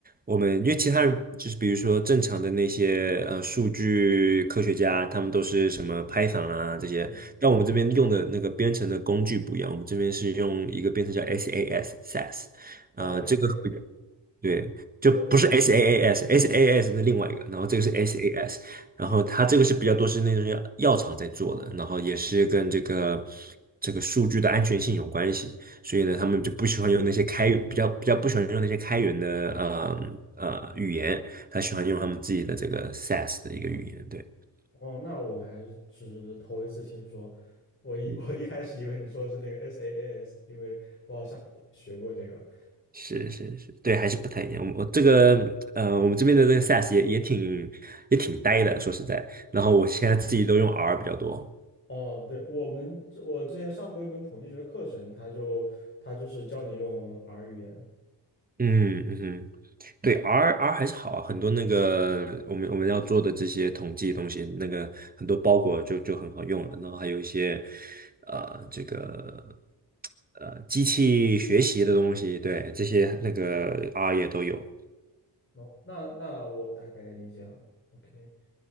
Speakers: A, on the right; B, on the left.
A: 我们因为其他人就是比如说正常的那些呃数据科学家，他们都是什么 Python 啊这些，
B: 嗯，
A: 但我们这边用的那个编程的工具不一样，我们这边是用一个编程叫 SAS SAS，
B: 哦，S
A: 呃，这个。
B: A，
A: 对，就不是
B: 我，
A: SaaS，SaaS 是另外一个，然后这个是
B: 哦，
A: SaaS，然后它这个是比较多是那种药药厂在做的，然后也是跟这个这个数据的安全性有关系，所以呢，
B: 嗯哦 s a
A: 他们就不喜欢用那些开源，比较比较不喜欢用那些开源的呃呃语言，他喜欢用他们自己的这个 SaaS 的一个语言，对。
B: 我哦哦那我还是只是头一次听说。我一
A: 嗯
B: <laughs> 我一开始以为你说的是那个 SaaS，因为我好像学过这个。
A: 是是是，对，还是不太一样。我这个呃，我们这边的这个 SaaS 也也挺也挺呆的，说实在。然后我现在自己都用 R 比较多。
B: 哦，对，我们我之前上过一门统计学课程，它就它就是教你用 R 语言，
A: 嗯嗯哼对，R R 还是好啊，很多那个我们我们要做的这些统计的东西，那个很多包裹就就很好用了，然后还有一些呃这个呃机器学习的东西，对，这些那个 R 也都有。
B: 哦，那那我大概理解了。OK，